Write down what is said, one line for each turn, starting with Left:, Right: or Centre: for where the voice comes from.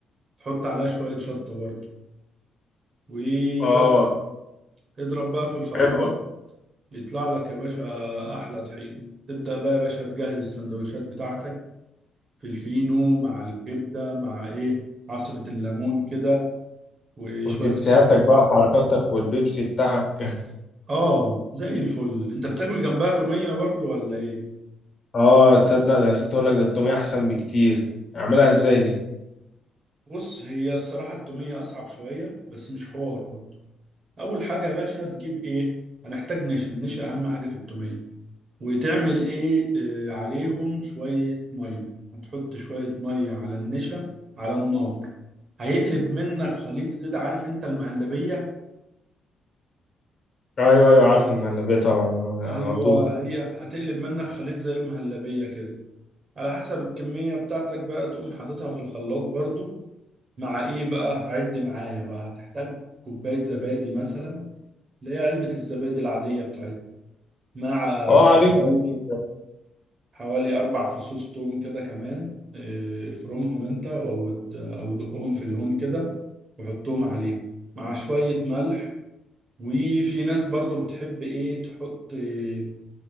Right: تحط عليها شوية شطة برضه وبس
Left: اه
Right: اضرب بقى في الخلاط
Left: حلو والله
Right: يطلع لك يا باشا احلى طحينة تبدأ بقى يا باشا تجهز السندوتشات بتاعتك في الفينو مع الكبدة مع ايه عصرة الليمون كده وشوية
Left: وشيبسيهاتك
Right: الطحينة
Left: بقى وحركاتك والبيبسي بتاعك <laughs>
Right: اه زي الفل انت بتاكل جنبها تومية برضو ولا ايه
Left: اه تصدق ده نسيت اقول لك ده التوميه احسن بكتير اعملها ازاي دي
Right: بص هي الصراحة التومية اصعب شوية بس مش حوار برضو اول حاجة يا باشا تجيب ايه هنحتاج نشا النشا اهم حاجة في التومية وتعمل ايه آه عليهم شوية مية هتحط شوية مية على النشا على النار هيقلب منك خليط كده عارف انت المهلبية
Left: ايوه ايوه عارف المهلبيه طبعا
Right: ايوه
Left: على طول
Right: هي هتقلب منك خليط زي المهلبية كده على حسب الكمية بتاعتك بقى تقوم حاططها في الخلاط برضو مع ايه بقى عد معايا بقى هتحتاج كوباية زبادي مثلا اللي هي علبة الزبادي العادية بتاعتنا مع
Left: اه عارف
Right: حوالي
Left: عارف.
Right: حوالي أربع فصوص توم كده كمان إيه، افرمهم أنت أو د- أو دقهم في الهون كده وحطهم عليه مع شوية ملح وفي ناس برضو بتحب إيه تحط إيه،